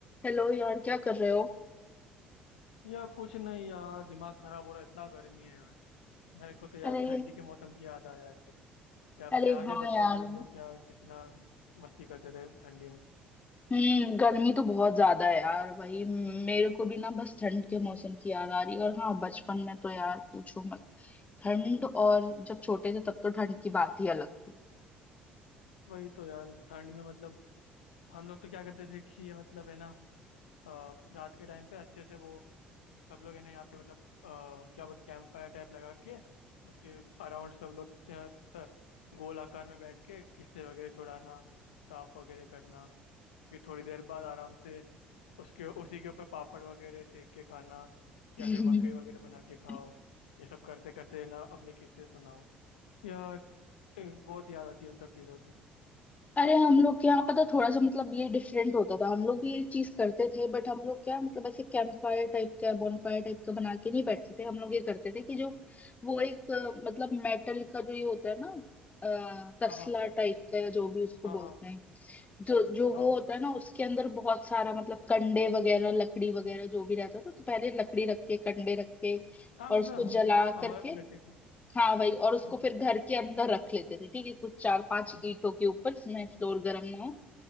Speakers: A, on the left (about 25°); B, on the left (about 80°).
A: Hello यार क्या कर रहे हो
B: यार कुछ नहीं यार दिमाग खराब हो रहा है इतना गर्मी है यार मेरे को तो यार
A: अरे
B: ठंडी के मौसम की याद आ जा रही है यार
A: अरे
B: याद
A: हाँ
B: है बचपन
A: यार
B: में हम लोग यार कितना मस्ती करते थे ठंडी में
A: हम्म गर्मी तो बहुत ज्यादा है यार भाई मेरे को भी ना बस ठंड के मौसम की याद आ रही है और हाँ बचपन में तो यार पूछो मत ठंड और जब छोटे थे तब तो ठंड की बात ही अलग थी
B: वही तो यार मतलब ठंड में मतलब हम लोग तो क्या करते थे कि ये मतलब है ना अ, रात के टाइम पे अच्छे से वो सब लोग है ना यहाँ पे मतलब अ, क्या बोलते कैंप फायर टाइप लगा के उसके अराउंड सब लोग अ, स- गोल आकार में बैठ के किस्से वगैरह सुनाना ताप वगैरह करना फिर थोड़ी देर बाद आराम से उसके उसी के ऊपर पापड़ वगैरह सेक के खाना या
A: हम्म
B: फिर मकई वगैरह बना के खाओ
A: <laughs>
B: ये सब करते करते ना अपनी किस्सें सुनाओ या ए, बहुत याद आती है उन सब चीज़ों की
A: अरे हम लोग के यहाँ पता थोड़ा सा मतलब ये डिफरेंट होता था हम लोग भी ये चीज करते थे बट हम लोग क्या मतलब ऐसे कैंप फायर टाइप का बॉनफायर टाइप का बना के नहीं बैठते थे हम लोग ये करते थे कि जो वो एक अ, मतलब मेटल का जो ये होता है ना अ, तसला
B: हाँ हाँ
A: टाइप का या जो भी उसको
B: हाँ
A: बोलते
B: हाँ
A: हैं जो जो
B: हाँ
A: वो होता है ना उसके अंदर बहुत सारा मतलब कंडे वगैरह लकड़ी वगैरह जो भी रहता था तो पहले लकड़ी रख के कंडे रख के
B: हाँ
A: और
B: मतलब
A: उसको
B: हम
A: जला
B: हमारा
A: करके
B: भी वैसे ही था
A: हाँ भाई और उसको
B: हाँ
A: फिर
B: हाँ
A: घर के अंदर रख लेते थे ठीक है कुछ चार पांच
B: हम्म,
A: ईंटों के ऊपर जिसमें फ्लोर गर्म ना हो